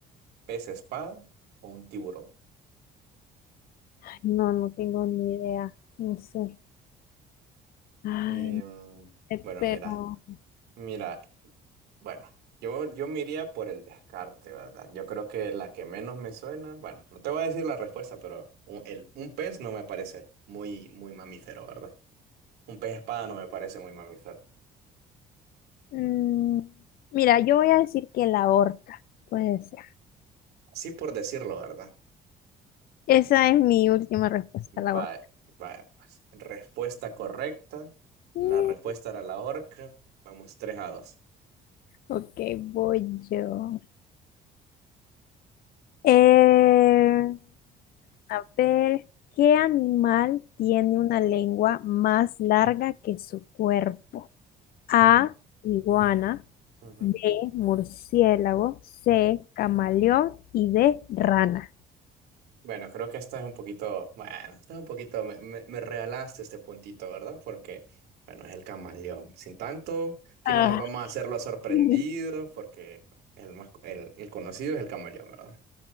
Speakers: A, on the right; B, on the left.
A: pez espada o un tiburón.
B: Ay, No, no tengo ni idea. No sé. Ah,
A: Em,
B: no sé,
A: bueno,
B: pero.
A: mira, mira, bueno, yo, yo me iría por el descarte, ¿verdad? Yo creo que la que menos me suena, bueno, no te voy a decir la respuesta, pero un, el- un pez no me parece muy, muy mamífero, ¿verdad? Un pez espada no me parece muy mamífero.
B: mm, mira, yo voy a decir que la orca. Puede ser.
A: sí por decirlo, ¿verdad?
B: Esa es mi última respuesta,
A: Vaya,
B: la orca.
A: vaya, pues. Respuesta correcta.
B: Mm,
A: La respuesta era la horca. Vamos, 3 a 2.
B: Ok, voy yo. Eh, A ver, ¿qué animal tiene una lengua más larga que su cuerpo?
A: Ujú,
B: A, iguana,
A: ujú,
B: B, murciélago, C,
A: ujú.
B: camaleón y D, rana.
A: Bueno, creo que esta es un poquito, bueno, esta es un poquito, me, me, me regalaste este puntito, ¿verdad? Porque, bueno, es el camaleón. Sin tanto, aquí
B: Ah,
A: no nos vamos a hacer los sorprendidos
B: <laughs> Sí,
A: porque el más, el, el conocido es el camaleón, ¿verdad?